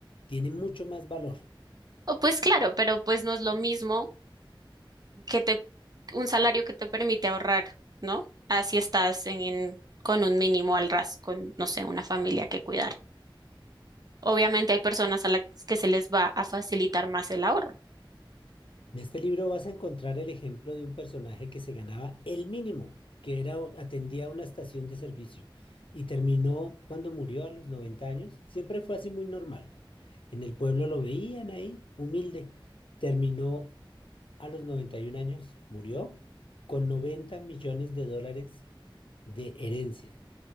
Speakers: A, on the left; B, on the right.
A: Tiene mucho más valor.
B: O pues claro, pero pues no es lo mismo que te, un salario que te permite ahorrar, ¿no? Así estás en, en- con un mínimo al ras, con, no sé, una familia que cuidar. Obviamente hay personas a las que se les va a facilitar más el ahorro.
A: En este libro vas a encontrar el ejemplo de un personaje que se ganaba el mínimo, que era, atendía una estación de servicio y terminó cuando murió a los 90 años. Siempre fue así muy normal. En el pueblo lo veían ahí, humilde. Terminó a los 91 años, murió con 90 millones de dólares de herencia